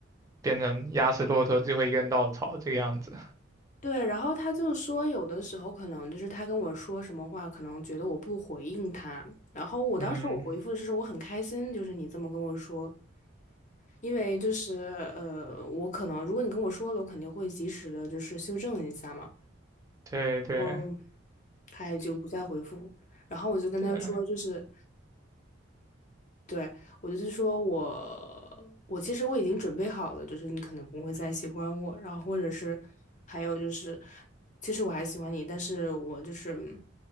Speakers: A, on the right; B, on the left.
A: 变成压死骆驼最后一根稻草这个样子。
B: 对，然后他就说有的时候可能就是他跟我说什么话，可能觉得我不回应他，然后我当时我回复的是说我很开心，
A: 嗯，
B: 就是你这么跟我说。因为就是呃，我可能如果你跟我说了，我肯定会及时的，就是修正一下嘛。
A: 对对
B: 嗯。他也就不再回复。然后我就跟他说，
A: 对，
B: 就是对我就是说我我其实我已经准备好了，就是你可能不会再喜欢我，然后或者是还有就是，其实我还喜欢你，但是我就是